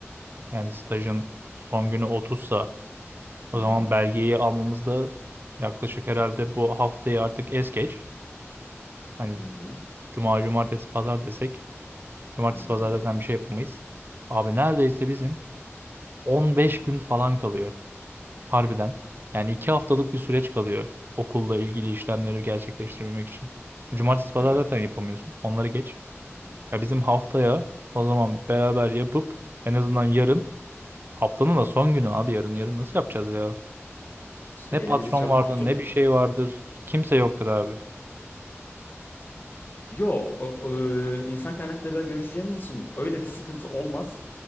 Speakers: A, on the right; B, on the left.
A: yani stajın son günü otuzsa, o
B: Hı
A: zaman
B: hı.
A: belgeyi almamız da yaklaşık herhalde bu haftayı artık es geç. Hani
B: Hı hı.
A: cuma, cumartesi, pazar desek cumartesi,
B: Hı hı.
A: pazar zaten bir şey yapamayız. Abi neredeyse bizim 15 gün falan kalıyor. Harbiden. Yani 2 haftalık bir süreç kalıyor okulla ilgili işlemleri gerçekleştirmemek için. Cumartesi, pazar
B: Evet.
A: zaten yapamıyorsun. Onları geç.
B: Hı hı.
A: Ya bizim haftaya o zaman beraber yapıp en azından yarın haftanın da son günü abi yarın yarın nasıl yapacağız ya?
B: İşte
A: Ne
B: elimizi
A: patron
B: çabuk
A: vardır
B: tutup
A: ne bir şey vardır. Kimse yoktur abi.
B: yo o- o, insan kaynaklarıyla görüşeceğimiz için öyle bir sıkıntı olmaz.